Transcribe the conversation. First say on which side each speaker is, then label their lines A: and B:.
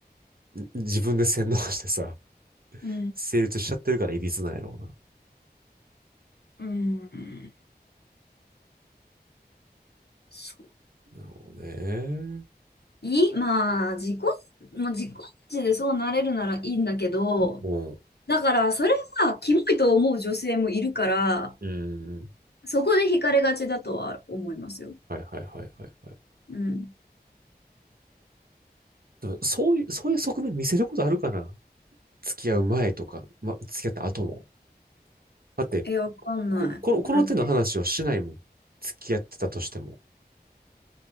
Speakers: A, on the right; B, on the left.
A: 自分で洗脳してさ、
B: うん、
A: 成立しちゃってるからいびつなんやろうな。
B: うん、そう、
A: なるほどね。
B: いい、まあ、自己、まあ、自己値でそうなれるならいいんだけど、
A: も
B: だから、それがキモいと思う女性もいるから、
A: うん、うん。
B: そこで惹かれがちだとは思いますよ。
A: はいはいはいはいはい。
B: うん。
A: でもそういう、そういう側面見せることあるかな付き合う前とか、ま、付き合った後も。だって、
B: え、わかんない。
A: こ、この、この手の話をしないもん。
B: だって、
A: 付き合ってたとしても。